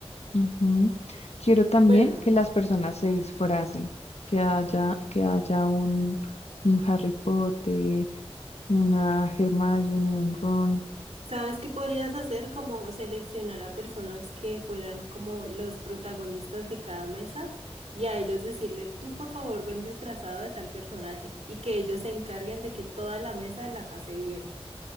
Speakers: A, on the left (about 80°); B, on the right (about 80°).
A: Ujú. Quiero también
B: bueno,
A: que las personas se disfracen, que haya, que haya un, un Harry Potter, una Hermione, un Ron.
B: ¿sabes qué podrías hacer? Como seleccionar a personas que fueran como los protagonistas de cada mesa y a ellos decirle, tú por favor ven disfrazado de tal personaje y que ellos se encarguen de que toda la mesa la pase bien.